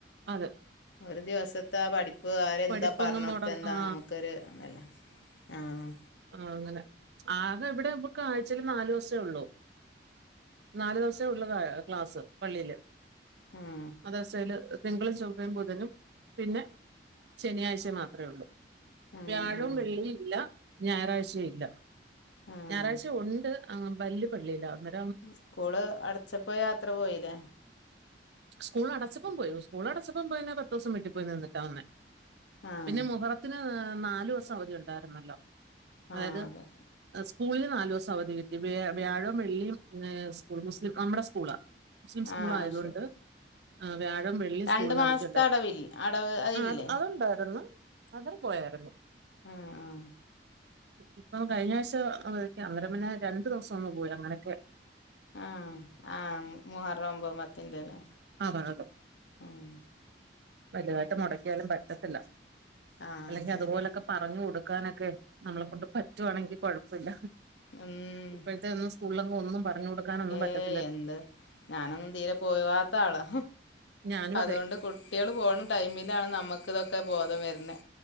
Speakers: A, on the right (about 65°); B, on the left (about 90°).
A: അതെ
B: ഒരു ദിവസത്തെ ആഹ് പഠിപ്പ് അവരെന്താ
A: പഠിപ്പങ്ങ്
B: പറഞ്ഞോടുത്തേ
A: മുടങ്ങ
B: എന്താ
A: ആ
B: നമുക്കൊരു എന്തല്ല ആഹ്
A: ആഹ് അങ്ങനെ ആകെ ഇവിടെ നമുക്ക് ആഴ്ചൽ നാല് ദിവസേ ഉള്ളൂ നാല് ദിവസേ ഉള്ളു ക്ലാസ്സ് പള്ളിയില്
B: ഉം
A: മദ്റസയില് തിങ്കളും ചൊവ്വയും ബുധനും പിന്നെ ശനിയാഴ്ച മാത്രേ ഉള്ളു
B: ആഹ്
A: വ്യാഴവും
B: ആഹ്
A: വെള്ളിയും ഇല്ല ഞായറാഴ്ചയും ഇല്ല
B: ആഹ്
A: ഞായറാഴ്ച ഉണ്ട് ആഹ് വല്യ പള്ളിയല്ലാ അവിട
B: സ്കൂള് അടച്ചപ്പോ യാത്ര പോയില്ലേ
A: സ്കൂൾ അടച്ചപ്പം പോയി സ്കൂൾ അടച്ചപ്പം പോയിനി പത്ത് ദിവസം വീട്ടിൽപ്പോയി നിന്നിട്ടാ വന്നേ
B: ആഹ്
A: പിന്നെ മുഹറത്തിന് നാലു ദിവസം അവധി ഉണ്ടായിരുന്നല്ലോ അതായത്
B: ആഹ് അതെ
A: സ്കൂളിൽ നാല് ദിവസം അവധി കിട്ടി വ്യാഴവും വെള്ളിയും സ്കൂൾ മുസ്ലിം നമ്മുടെ സ്കൂള മുസ്ലിം സ്കൂൾ
B: ആഹ്
A: ആയതുകൊണ്ട്
B: ശരി
A: വ്യാഴം വെള്ളി
B: രണ്ട്
A: സ്കൂളിന്
B: മാസത്തെ
A: അവധിണ്ടായിരുന്നു
B: അടവിൽ അടവ് അതില്ലേ
A: ആഹ് അതുണ്ടായിരുന്നു അവർ പോയായിരുന്നു
B: ആഹ് ആഹ്
A: ഇപ്പൊ കഴിഞ്ഞ ആഴ്ച <unintelligible> അന്നരപിന്നെ രണ്ടു ദിവസം ഒന്ന് പോയി അങ്ങനെയൊക്കെ
B: ആഹ് ആഹ് മുഹറം ഒമ്പതും പത്തിന്റെല്ലേ
A: അതെ അതെ
B: ആഹ്
A: വലുതായിട്ട് മുടക്കിയാലും പറ്റത്തില്ല
B: ആഹ്
A: അല്ലെങ്കി
B: ശരിയാ
A: അതുപോലൊക്കെ പറഞ്ഞു കൊടുക്കാനൊക്കെ നമ്മളെ കൊണ്ട് പറ്റുവാണെങ്കി കൊഴപ്പില്ല
B: ഉം
A: ഇപ്പോഴത്തെ ഒന്നു സ്കൂൾ ഒന്നും പറഞ്ഞു കൊടുക്കാനൊന്നും പറ്റത്തില്ല
B: ഏയ് എന്ത് ഞാനൊന്നും തീരെ പോവാത്ത ആളാ
A: ഞാനും
B: അതുകൊണ്ട്
A: അതെ
B: കുട്ടികൾ പോണ ടൈമിലാണ് നമുക്കിതൊക്കെ ബോധം വരുന്നേ